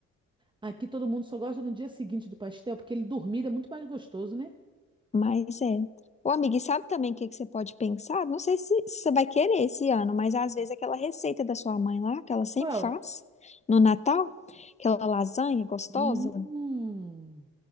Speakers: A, on the right; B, on the left.
A: Aqui todo mundo só gosta no dia seguinte do pastel, porque ele dormido é muito mais gostoso, né?
B: mas é. Ô, amiga, e sabe também o que que você pode pensar? Não sei se, se você vai querer esse ano, mas às vezes aquela receita da sua mãe lá, que ela sempre
A: Qual?
B: faz no Natal, aquela lasanha gostosa,
A: Hum,